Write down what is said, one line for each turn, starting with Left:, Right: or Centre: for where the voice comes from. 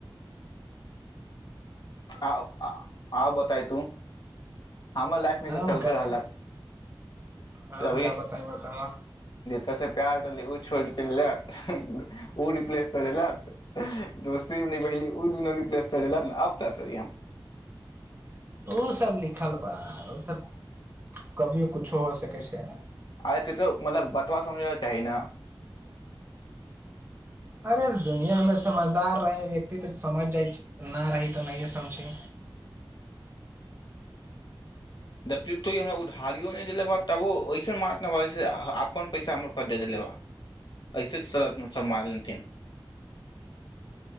Left: आ आउ बताय तू हमर लाइफ मे ई
Right: हम
Left: सब चलते
Right: कहबै
Left: रहल
Right: हम
Left: त अभी
Right: का बताई बतावा
Left: कैसे प्याज उऊ छो तन लै ओ र प्लस त दोस्त पहिल ओ दू नी प्ले आ का करि हम
Right: ओसभ लिखल बा ओसभ कभियो किछो हो सकै छै
Left: आरे त तो मतलब बतबा समझैके चाही ने
Right: अरे दुनियामें समझदार रहै व्यक्ति तऽ समझ जाइ छै न रही तऽ नहिए समझी
Left: दबो हमरा उधारियो नहि देले ब तबो ओऐसन मार अपन पैसा हमर पटेद ले बा ऐसे त सत सब मान लतन <inaudible>